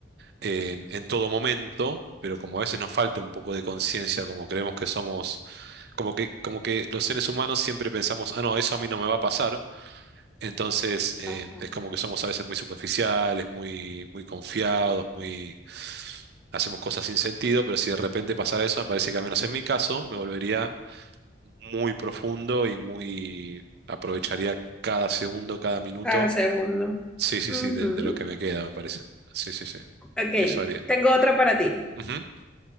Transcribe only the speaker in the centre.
Ajá.
Cada segundo.
Ujú.
Ok,
tengo otra para ti.